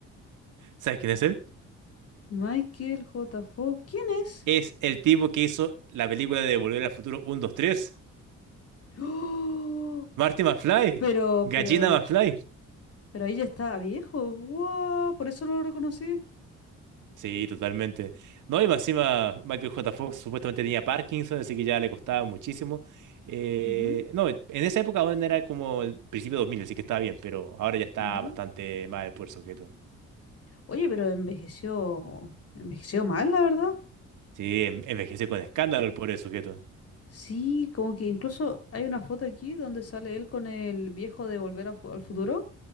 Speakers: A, on the right; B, on the left.
A: ¿Sabes quién es él?
B: Michael J. Fox. ¿Quién es?
A: Es el tipo que hizo la película de Volver al Futuro uno, 2, 3.
B: ¡Oh!
A: Marty McFly.
B: Pero,
A: Gallina
B: pero,
A: McFly.
B: pero ahí ya estaba viejo. ¡Wow! Por eso no lo reconocí.
A: Sí, totalmente. No, y más encima Michael J. Fox supuestamente tenía Parkinson, así que ya le costaba muchísimo. Eh,
B: Ujú,
A: no, en esa época aún era como el principio de 2000, así que estaba bien, pero ahora ya está
B: ujú.
A: bastante mal el pobre sujeto.
B: Oye, pero envejeció, envejeció mal, la verdad.
A: Sí, en- envejece con escándalo el pobre sujeto.
B: Sí, como que incluso hay una foto aquí donde sale él con el viejo de Volver a fu- al Futuro.